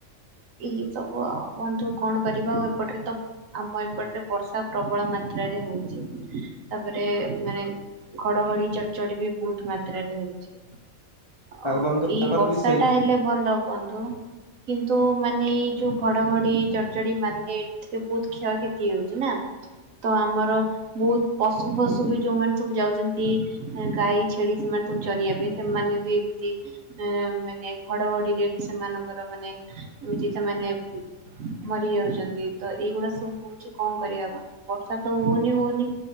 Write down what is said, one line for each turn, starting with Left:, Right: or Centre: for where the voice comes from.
Right: ଏଇ ସବୁ ଆଉ ବନ୍ଧୁ କଣ କରିବା ଆଉ ଏପଟରେ ତ ଆମ ଏପଟରେ ବର୍ଷା ପ୍ରବଳ ମାତ୍ରାରେ ହଉଛି ତାପରେ ମାନେ ଘଡଘଡି ଚଡ଼ଚଡି ବି ବହୁତ ମାତ୍ରାରେ ହୋଉଛି। ଆଉ
Left: ବନ୍ଧୁ
Right: ଏଇ
Left: ଆମର
Right: ବର୍ଷାଟା
Left: ବି ସେଇ
Right: ହେଲେ ଭଲ ବନ୍ଧୁ। କିନ୍ତୁ ମାନେ ଏଇ ଯୋଉ ଘଡଘଡି ଜଡଚଡି ମାରିଲେ ଏଥିରେ ବହୁତ କ୍ଷୟକ୍ଷତି ହଉଛି ନା। ତ ଆମର ବହୁତ ପଶୁ ଫଶୁ ବି ଯୋଉମାନେ ସବୁ ଯାଉଛନ୍ତି ଗାଈ ଛେଳି ସେମାନେ ସବୁ ଚରିବା ପାଇଁ ସେମାନେ ବି ଏମିତି ଏ ମାନେ ଘଡଘଡିରେ ବି ସେମାନଙ୍କର ମାନେ ଏମିତି ସେମାନେ ମରିଯାଉଛନ୍ତି ତ ଏଇଗୁଡା ସବୁ ହଉଛି କଣ କରିବା ବନ୍ଧୁ। ବର୍ଷା ତ ହୋଉନି ହୋଉନି